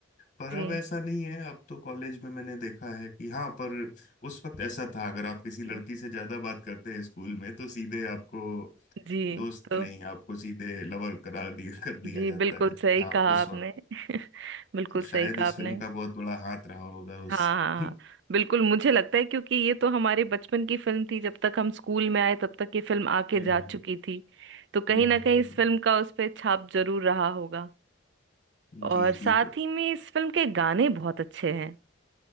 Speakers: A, on the left; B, on the right.
A: पर
B: जी
A: अब ऐसा नहीं है अब तो कॉलेज में मैंने देखा है कि हाँ पर उस वक्त ऐसा था अगर आप किसी
B: जी
A: लड़की से ज्यादा बात करते हैं स्कूल में तो सीधे आपको
B: जी
A: दोस्त
B: तो
A: नहीं आपको सीधे लवर करार दिया कर दिया
B: जी
A: जाता
B: बिल्कुल
A: है था
B: सही
A: उस
B: कहा आपने
A: वक्त
B: <laughs> बिल्कुल
A: तो शायद
B: सही कहा
A: इस
B: आपने
A: फिल्म का बहुत बड़ा हाथ रहा होगा
B: हाँ
A: उस
B: हाँ
A: <laughs>
B: हाँ।
A: हम्म
B: बिल्कुल मुझे लगता है क्योंकि ये तो हमारे बचपन की फिल्म थी जब तक हम स्कूल में आए तब तक ये फिल्म आके
A: हम्म
B: जा चुकी थी तो कहीं
A: हम्म,
B: ना कहीं इस
A: हम्म।
B: फिल्म का उस पे छाप जरूर रहा होगा और
A: जी
B: साथ
A: जी पर
B: ही में इस फिल्म के गाने बहुत अच्छे हैं